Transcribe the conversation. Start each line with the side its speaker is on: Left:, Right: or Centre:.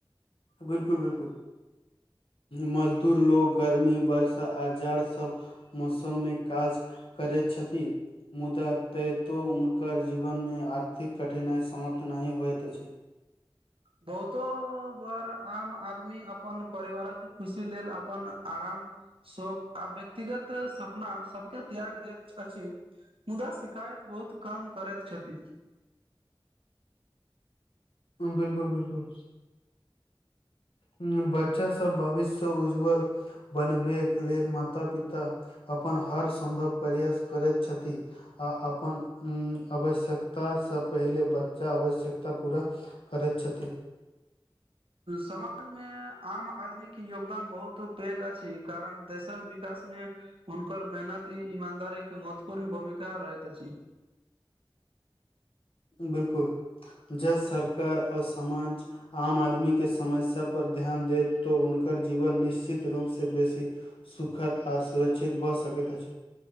Left: बिल्कुल बिलकुल मजदूर लोग गर्मी वर्षा आ जार सब मौसम में काज करैत छथि मुदा तयतो हुनकर जीवन में आर्थिक कठिनाई समाप्त नहि होइत अछि
Right: बहुतो बार आम आदमी अपन परिवारक खुशी लेल अपन आराम शौक आ व्यक्तिगत सपना सबके त्याग दैत अछि मुदा शिकायत बहुत कम करैत छथिन
Left: बिलकुल बिलकुल बच्चा सब भविष्य उज्जवल बनबैके लेल माता पिता अपन हर सम्भव प्रयास करैत छथि आ अपन आवश्यकतासँ पहिले बच्चा आवश्यकता पूरा करैत छथि
Right: समाज में आम आदमी के योगदान बहुत पैघ अछि कारण देशक विकास मे हुनकर मेहनत ई ईमानदारीक के महत्वपूर्ण भूमिका रहैत अछि
Left: बिल्कुल जब सरकार और समाज आम आदमी के समस्या पर ध्यान दे तो उनक जीवन निश्चित रूप से बेसी सुखद ओर सुरक्षित भऽ सकैत अछि